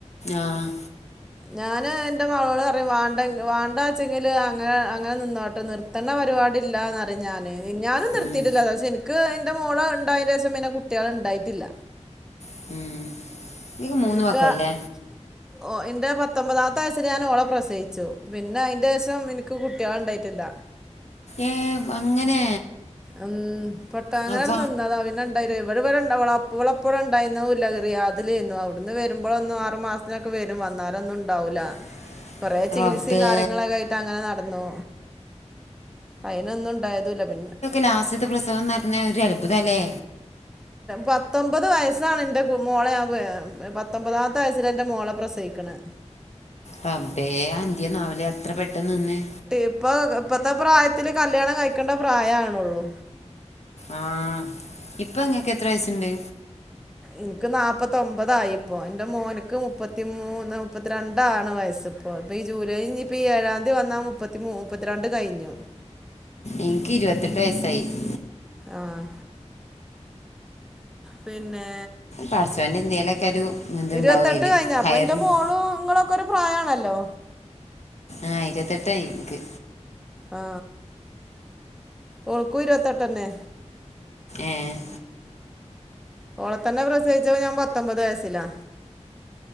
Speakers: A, on the left; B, in the centre.
A: ആഹ്
B: ഞാന് എന്റെ മളോള് പറയും വാണ്ട വാണ്ടാച്ചെങ്കില് അങ്ങനെ അങ്ങനെ നിന്നോടട്ടെ നിർ ത്ത്ണ പരുപാടി ഇല്ലന്ന് ഞാന് ഞാനും നിർത്തിയിട്ടില്ല
A: ഉം,
B: അ ഇനിക്ക് ഇന്റെ മോള് ഉണ്ടായന്റെഷം പിന്നെ കുട്ട്യാള് ഇണ്ടായിട്ടില്ല
A: ഉം നിനക്ക് മൂന്ന്
B: ഇനിക്ക്
A: മക്കളല്ലേ
B: ഓ ഇന്റെ പത്തൊമ്പതാമത്തെ വയസ്സിൽ ഞാൻ ഓളെ പ്രസയിച്ചു പിന്നെ അതിന്റെ ശേഷം ഇനിക്ക് കുട്ട്യാള് ഉണ്ടായിട്ടില്ല
A: ഏഹ് അങ്ങനെ
B: ഉം പെട്ട അങ്ങനണ്ട്
A: അവ
B: നിന്നതാ പിന്നെ ഇവിടെ <unintelligible> ഇവളെ ഇപ്പ ഇവിടെ ഉണ്ടായിന്നതുംല്ല റിയാദിൽ ഏന്നു അവിടുന്ന് വരുമ്പോൾ ഒന്നും ആറ് മാസം തിനൊക്കെ വരും വന്നാലൊന്നും ഉണ്ടാവൂല്ല
A: <inaudible> <inaudible>
B: കുറെേ ചികിത്സയും
A: റബ്ബേ
B: കാര്യങ്ങളൊക്കെ ആയിട്ട് അങ്ങനെ നടന്നു അയിനൊന്നും ഉണ്ടായതുംല്ല പിന്നെ
A: ലാസ്റ്റ്ത്തെ പ്രസവംന്ന് പറഞ്ഞാൽ ഒരു അത്ഭുതാല്ലേ
B: പത്തൊമ്പത് വയസ്സാണ് ഇന്റെ മോളെ ഞാൻ പത്തൊമ്പതാമത്തെ വയസ്സിൽ ആണ് ഇന്റെ മോളെ പ്രസവിക്ക്ണ്
A: റബ്ബെ അതെന്ത്യെന്നാവുലെ അത്ര പെട്ടെന്ന് നിന്നേ
B: ഇപ്പ ഇപ്പത്തെ പ്രായത്തില് കല്യാണം കഴിക്കേണ്ട പ്രായവ്ണൊള്ളൂ
A: ആഹ ഇപ്പ ഇങ്ങക്ക് എത്ര വയസ്സുണ്ട്
B: ഇനിക്ക് നാല്പ്പത്തൊമ്പതായി ഇപ്പോ ഇന്റെ മോന്ക്ക് മുപ്പത്തിമൂന്ന് മുപ്പത്തിരണ്ടാണ് വയസ് ഇപ്പൊ ഈ ജൂലൈ ഇപ്പോം ഈ ഏഴാംതി വന്നാ മുപ്പത്തി മുപ്പത്തിരണ്ട് കഴിഞ്ഞു
A: ഇനിക്ക് ഇരുപത്തിട്ട് വയസ്സായി <inaudible>
B: ആഹ് പിന്നെ
A: പടച്ചോന്റെ എന്തെലൊക്കെ ഒരു ഇതുണ്ടാവും
B: ഇരുപത്തെട്ട്
A: അതിൽ
B: കഴിഞ്ഞ അപ്പൊ
A: ഹയറുണ്ട്
B: ഇന്റെ മോളും ഇങ്ങളൊക്കെ ഒരു പ്രായമാണല്ലോ
A: ആഹ് ഇരുപത്തെട്ടായി ഇക്ക്
B: ആ ഓൾക്കും ഇരുപത്തെട്ടെന്നെ
A: ഏഹ്
B: ഓള തന്നെ പ്രസയിച്ച ഞാൻ പത്തൊമ്പത് വയസ്സിലാ